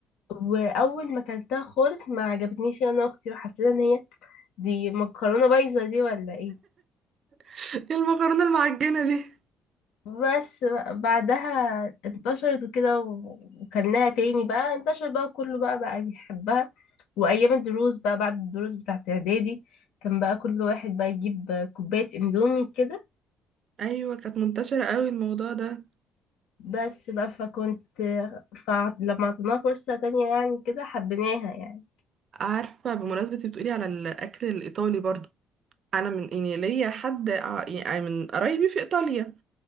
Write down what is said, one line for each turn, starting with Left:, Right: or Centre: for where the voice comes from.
Left: واول ما اكلتها خالص ما عجبتنيش انا واختي وحسينا ان هي دي مكرونه بايظه دي ولا ايه
Right: <laughs> المكرونه المعجنه دي
Left: بس بقى بعدها انتشرت وكده و- وكلناها تاني بقى انتشر بقى كله بقى بقى بيحبها وايام الدروس بقى بعد الدروس بتاعت اعدادي كان بقى كل واحد بقى يجيب كوبايه اندومي كده
Right: ايوه كانت منتشره قوي الموضوع ده
Left: بس بقى فكنت فلما عطيناها فرصه تانية يعني كده حبيناها يعني
Right: عارفه بمناسبه إنتي بتقولي على الاكل الايطالي برضو انا من يعني ليا حد ع- يعني من قرايبي في ايطاليا